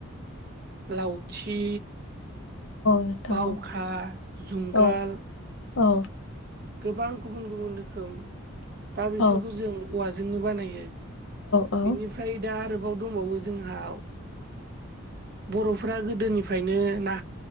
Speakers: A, on the right; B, on the left.
A: लावथि
B: नोंथां
A: बावखा जुंगाल
B: औ औ
A: गोबां गुबुन गुबुन रोखोम दा बेफोरखौ
B: औ
A: जों औवाजोंनो बानायो
B: औ
A: बिनिफ्राय दा आरोबाव दंबावो जोंहा ओ बर'फोरा गोदोनिफायनो ना